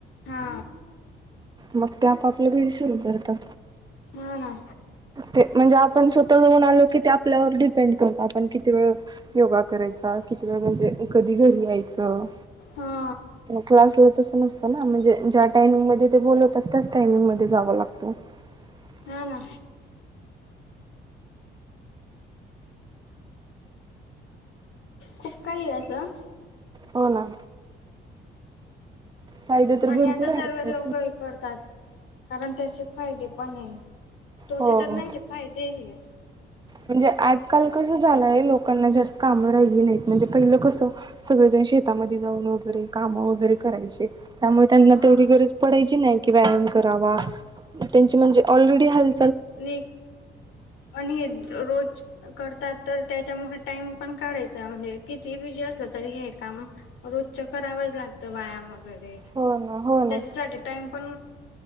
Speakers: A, on the left; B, on the right.
A: हा
B: मग ते आपापलं घरी सुरू करतात.
A: हा ना
B: ते म्हणजे आपण स्वतः लाऊन आलो की ते आपल्यावर डिपेंड करत आपण किती वेळ योगा करायचा. किती वेळ म्हणजे कधी घरी यायचं.
A: हा.
B: क्लासला तस नसतं ना म्हणजे ज्या टाइमिंग मध्ये ते बोलवतात त्याच टायमिंग मध्ये जावं लागतो. <unintelligible>
A: ह ना. खूप काही असं.
B: हो ना. फायदे तर भरपूर
A: आणि आता सर्व
B: आहेत त्याचे
A: लोकही करतात. कारण त्याचे फायदे पणय. तोटे
B: हो
A: तर
B: हो
A: नाहीचे फायदेय.
B: म्हणजे आजकाल कसं झालंय, लोकांना जास्त कामं राहिली नाही. म्हणजे पहिलं कस, सगळेजण शेतामध्ये जाऊन वगैरे काम वगैरे करायचे. त्यामुळे त्यांना
A: हा
B: तेवढी गरज पडायची नाही की, व्यायाम करावा. त्यांची म्हणजे ऑलरेडी हल्
A: आणि आणि रोज करतात तर त्याच्यामुळे टाइम पण काढायचा. म्हणजे किती बिजी असलं तरी हे काम रोजच करावंच लागतं. व्यायाम वगैरे
B: हो ना हो ना
A: त्याच्यासाठी टाइम पण